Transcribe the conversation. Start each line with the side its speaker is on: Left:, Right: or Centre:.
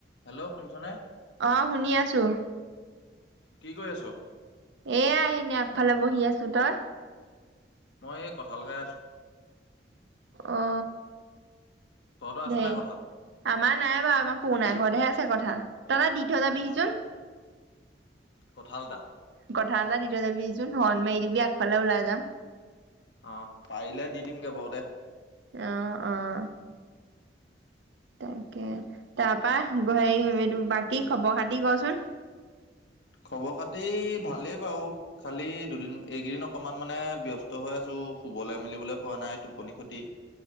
Left: Hello শুনছ'নে?
Right: অ শুনি আছো
Left: কি কৰি আছ?
Right: এয়া ইনে আগফালে বহি আছো। তই?
Left: মই এই কঁঠালখাই আছোঁ।
Right: অ
Left: তহঁত আছে
Right: ধেই
Left: নাই কঁঠাল?
Right: আমাৰ নাই বাৱ আমাৰ পনা ঘৰতহে আছে কঠাল তই এটা দি থৈ যাবিহি চোন।
Left: কঁঠাল টা।
Right: কঠাল এটা দি থৈ যাবিহিচোন শৰণ মাৰি দিবি আগফালে ওলাই যাম।
Left: অঁহ পাৰিলে দি দিমগে বাউ দে।
Right: এ অ অঁহ। তাকে তাৰপা গ হেই এইটো বাকী খবৰ খাতি কচোন?
Left: খবৰ খাতি ভালেই বাউ খালি দুদিন এইকেইদিন অকমান মানে ব্যস্ত হৈ আছো শুবলে মেলিবলে পোৱা নাই টোপনি খতি।